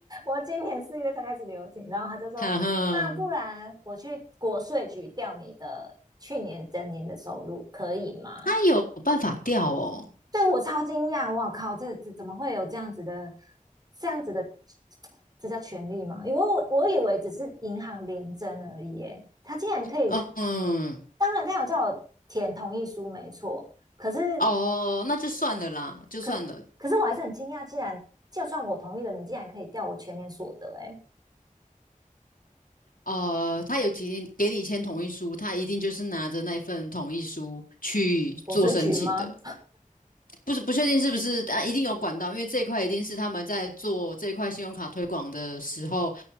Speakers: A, on the right; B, on the left.
A: 我今年四月才开始留停，然后他就说，
B: 哈哈。
A: 那不然我去国税局调你的去年整年的收入，可以吗？
B: 他有办法掉哦，
A: 对我超惊讶，我靠，这这怎么会有这样子的，这样子的，这叫权利吗？我我以为只是银行联征而已，耶，他竟然可以
B: 嗯嗯，
A: 当然他有叫我填同意书，没错。可是，
B: 哦，那就算了啦，就算了。
A: 可是，可是我还是很惊讶，竟然就算我同意了，你竟然可以调我全年所得、欸，哎，
B: 呃，他有提给你签同意书，他一定就是拿着那份同意书去做申请的。
A: 国税局吗？
B: 不是不确定是不是啊，一定有管道，因为这一块一定是他们在做这一块信用卡推广的时候，